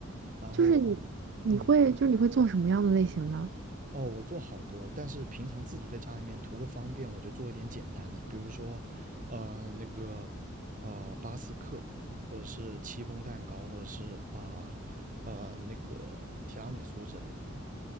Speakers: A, on the right; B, on the right.
A: 然后啊、
B: 就是你你会就是你会做什么样的类型呢？
A: 呃嗯，哦，我做好多，但是平常自己在家里面图个方便，我就做一点简单的，比如说呃那个呃巴斯克，或者是戚风蛋糕，或者是啊呃，呃那个提拉米苏之类的。